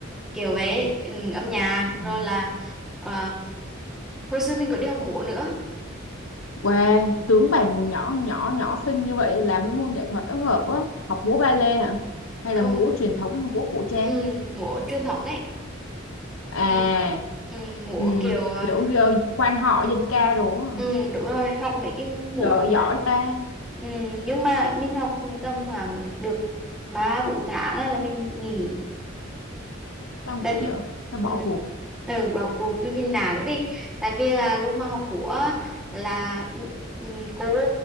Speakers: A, in the centre; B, on the left.
A: kiểu về ừ, âm nhạc
B: Ừ.
A: rồi là ờ, hồi xưa mình có đi học múa nữa
B: Wow, tướng bà nhỏ nhỏ nhỏ xinh như vậy làm cái môn nghệ thuật đó hợp á. Học múa ba lê hả? Hay
A: không
B: là múa truyền thống hay múa cổ trang?
A: ừ, múa truyền thống ấy
B: à
A: ừ, ừ, múa
B: ừm,
A: kiểu ờ,
B: kiểu gờ- quan họ dân ca đồ á.
A: ừ,
B: hả?
A: đúng rồi học mấy cái múa
B: trời ơi,
A: mà
B: giỏi ta
A: ừ, nhưng mà mình học tầm khoảng được ba bốn tháng là mình nghỉ
B: tao
A: tại
B: nghĩ
A: vì
B: vậy sao bỏ
A: ừ,
B: cuộc
A: ừ, bỏ cuộc vì mình nản nữa đi tại vì là lúc mà học múa á, là ừ, ừ, cô